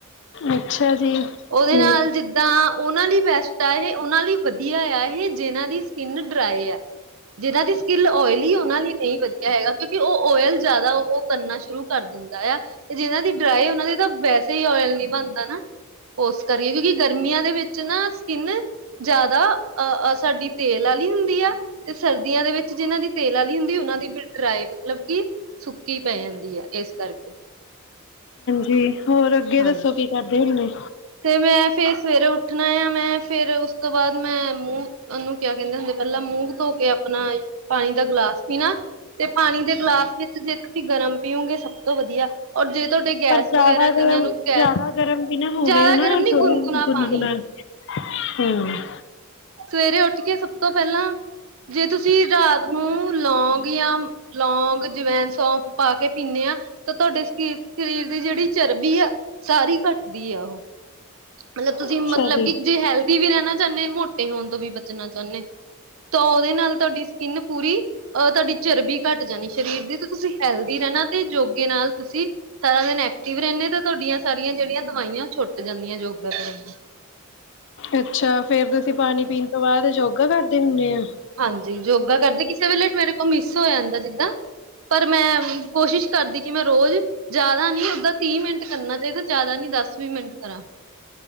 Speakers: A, on the left; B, on the right.
A: ਅੱਛਾ, ਜੀ
B: ਉਹਦੇ
A: ਮੈਨੂੰ
B: ਨਾਲ
A: ਪ
B: ਜਿੱ ਤਾਂ ਉਹਨਾਂ ਲਈ ਬੈਸਟ ਆ ਇਹ ਉਹਨਾਂ ਲਈ ਵਧੀਆ ਆ ਇਹ ਜਿਨਾਂ ਦੀ ਸਕਿਨ ਡਰਾਏ ਆ ਜਿਹਨਾਂ ਦੀ ਸਕਿਲ ਓਇਲੀ ਉਹਨਾਂ ਲਈ ਨਹੀਂ ਵੱਧੀਆ ਹੈਗਾ, ਕਿਉਂਕਿ ਉਹ ਓਇਲ ਜ਼ਿਆਦਾ ਉਹ-ਉਹ ਕਰਨਾ ਸ਼ੁਰੂ ਕਰਦੇ ਦਯਾ, ਜਿਹਨਾਂ ਦੀ ਡਰਾਈ ਉਹਨਾਂ ਦੇ ਤਾਂ ਵੈਸੇ ਹੀ ਓਇਲ ਨਹੀਂ ਬਣਦਾ ਨਾ। ਓਰਸ ਕਰ ਰਹੀਏ, ਕਿਉਂਕਿ ਗਰਮੀਆਂ ਦੇ ਵਿੱਚ ਨਾ ਸਕਿਨ ਜ਼ਿਆਦਾ ਅਹ ਅ ਸਾਡੀ ਤੇਲ ਵਾਲੀ ਹੁੰਦੀ ਏ। ਤੇ ਸਰਦੀਆਂ ਦੇ ਵਿੱਚ ਜਿਹਨਾਂ ਦੀ ਤੇਲ ਆਲੀ ਹੁੰਦੀ ਉਹਨਾਂ ਦੀ ਫਿਰ ਡਰਾਈ ਮਤਲਬ ਕਿ ਸੁੱਕੀ ਪੈ ਜਾਂਦੀ ਹੈ ਇਸ ਕਰਕੇ।
A: ਜੀ, ਹੋਰ ਅੱਗੇ
B: ਹਾਂਜੀ।
A: ਦੱਸੋ ਕੀ ਕਰਦੇ ਹੁਣੇ?
B: ਤੇ ਮੈਂ ਫਿਰ ਸਵੇਰੇ ਉੱਠਣਾ ਆ ਮੈਂ ਫਿਰ ਉਸ ਤੋਂ ਬਾਅਦ ਮੈਂ ਮੂੰਹ ਉਹਨੂੰ ਕਿਆ ਕਹਿੰਦੇ ਹੁੰਦੇ ਪਹਿਲਾਂ ਮੂੰਹ ਧੋ ਕੇ ਆਪਣਾ ਪਾਣੀ ਦਾ ਗਿਲਾਸ ਪੀਣਾ। ਤੇ ਪਾਣੀ ਦੇ ਗਲਾਸ ਵਿੱਚ ਜੇ ਤੁਸੀਂ ਗਰਮ ਪੀਓਗੇ ਸਭ ਤੋਂ ਵੱਧੀਆ ਔਰ ਜੇ ਤੁਹਾਡੇ ਗੈਸ
A: ਪਰ ਜ਼ਿਆਦਾ
B: ਵਗੈਰਾ ਕਈਆਂ
A: ਗਰਮ
B: ਨੂੰ ਗੈਸ
A: ਜਿਆਦਾ ਗਰਮ ਵੀ ਨਾ ਹੋਵੇ
B: ਜ਼ਿਆਦਾ
A: ਹਨਾ
B: ਗਰਮ ਨੀ
A: ਥੋੜਾ ਗੁਨਗੁਣਾ।
B: ਪਾਣੀ
A: ਹਮ <inaudible>
B: ਸਵੇਰੇ ਉੱਠ ਕੇ ਸਭ ਤੋਂ ਪਹਿਲਾਂ ਜੇ ਤੁਸੀਂ ਰਾਤ ਨੂੰ ਲੌਂਗ ਜਾਂ ਲੌਂਗ, ਜਵੈਨ, ਸੌਂਫ, ਪਾ ਕੇ ਪੀਣੇ ਹਾਂ ਤਾਂ ਤੁਹਾਡੇ, ਸਰੀਰ ਦੀ ਜਿਹੜੀ ਚਰਬੀ ਸਾਰੀ ਘੱਟਦੀ ਆ ਉਹ ਮਤਲਬ ਤੁਸੀਂ,
A: ਅੱਛਾ
B: ਮਤਲਬ
A: ਜੀ।
B: ਕਿ ਜੇ ਹੈਲਦੀ ਵੀ ਰਹਿਨਾ ਚਾਹਨੇ ਹੋ, ਮ <unintelligible> ਤੇ ਹੋਨ ਤੋਂ ਵੀ ਬਚਨਾ ਚਾਹਨੇ, ਤਾਂ ਉਹਦੇ ਨਾਲ ਤੁਹਾਡੀ ਸਕਿੰਨ ਪੂਰੀ ਅਹ ਤੁਹਾਡੀ ਚਰਬੀ ਘੱਟ ਜਾਨੀ, ਸ਼ਰੀਰ ਦੀ ਤੇ ਤੁਸੀਂ ਹੈਲਦੀ ਰਹਿਨਾ, ਤੇ ਯੋਗੇ ਨਾਲ ਤੁਸੀਂ ਸਾਰਾ ਦਿਨ ਐਕਟਿਵ ਰਹਿਨੇ ਆ, ਤੇ ਤੁਹਾਡੀਆਂ ਸਾਰੀਆਂ ਜੇਹੜੀਆਂ ਦਵਾਈਆਂ, ਛੁੱਟ ਜਾਂਨੀਆਂ ਯੋਗਾ ਕਰਨ ਨਾ
A: ਅੱਛਾ ਫੇਰ, ਤੁਸੀਂ ਪਾਨੀ ਪੀਨ ਤੋਂ ਬਾਅਦ, ਯੋਗਾ ਕਰਦੇ ਹੁੰਨੇ ਆ
B: ਹਾਂਜੀ, ਯੋਗਾ ਕਰਦੇ, ਕਿਸੇ ਵੇਲੇ ਮੇਰੇ ਕੋਲ ਮਿਸ ਹੋ ਜਾਂਦਾ ਜਿੱਦਾਂ ਪਰ ਮੈਂ, ਕੋਸ਼ਿਸ਼ ਕਰਦੀ ਕਿ ਮੈਂ ਰੋਜ਼ ਜ਼ਿਆਦਾ ਨੀ, ਓਦਾਂ ਤੀਹ ਮਿੰਟ ਕਰਨਾ ਚਾਹੀਦਾ, ਜ਼ਿਆਦਾ ਨੀ ਦਸ ਵੀਹ ਮਿੰਟ ਕਰਾ